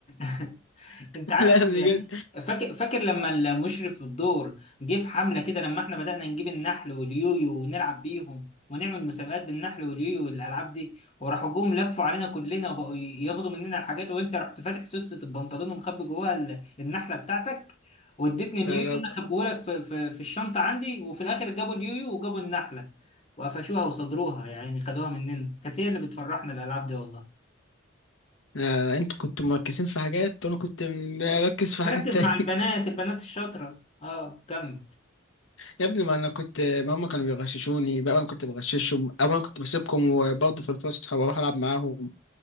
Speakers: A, on the left; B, on the left.
A: <laughs>
B: <laughs>
A: انت عارف
B: لا بجد
A: فاكر فاكر لما المشرف في الدور جه في حمله كده لما احنا بدأنا نجيب النحل واليويو ونلعب بيهم ونعمل مسابقات بالنحل واليويو والالعاب دي وراحوا جم لفوا علينا كلنا وبقوا ياخدوا مننا الحاجات وانت رحت فاتح سوسة البنطلون ومخبي جواها ال- النحله بتاعتك واديتني اليويو
B: لا لا
A: انا خبيهولك في, في, في الشنطه عندي وفي الاخر جابوا اليويو وجابوا النحله وقفشوها وصدروها يعني خدوها مننا كانت هي اللي بتفرحنا الالعاب دي والله
B: لا لا، انتوا كنتوا مركزين في حاجات وانا كنت مركز في
A: بركز
B: حاجات تانية
A: مع البنات
B: <laughs>
A: البنات الشاطره اه كمل
B: يا ابني ما انا كنت ما هم كانوا بيغششوني بقى انا كنت بغششهم او انا كنت بسيبكم وبرضه في الفسحه واروح العب معاهم